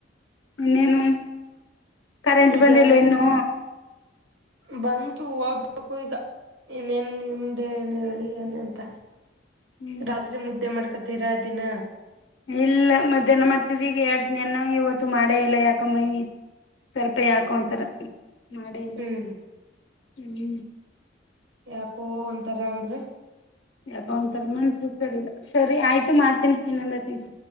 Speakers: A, on the left; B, on the right.
A: ಇನ್ನೇನು ಕರೆಂಟ್
B: ಈಗೇನು
A: ಬಂದಿಲ್ಲ ಇನ್ನು
B: ಬಂತು ಹೂಬೇಕು ಈಗ ಇನ್ನೇನ್ ನಿಮ್ದೇ ಏನ್ ಹೇಳಿ ಏನಂತ
A: ಹ್ಮ್
B: ರಾತ್ರಿ ಮುದ್ದೆ ಮಾಡ್ಕತೀರಾ ದಿನ
A: ಇಲ್ಲ ಮಧ್ಯಾಹ್ನ ಮಾಡ್ತಿದ್ ಈಗ ಎರಡ್ ದಿನಾನ ಇವತ್ತು ಮಾಡೇ ಇಲ್ಲ ಯಾಕಮ್ಮೈ ಸ್ವಲ್ಪ ಯಾಕೋ ಒಂತರ ಮಾಡೇಲ್ಲ
B: ಹ್ಮ್
A: ಹ್ಮ್
B: ಯಾಕೋ ಒಂತರ ಅಂದ್ರೆ
A: ಯ ಒಂತರ ಮನ್ಸಲ್ ಸಲ್ಲ ಸರಿ ಆಯ್ತು ಮಾಡ್ತೀನಿ ಏನಂದ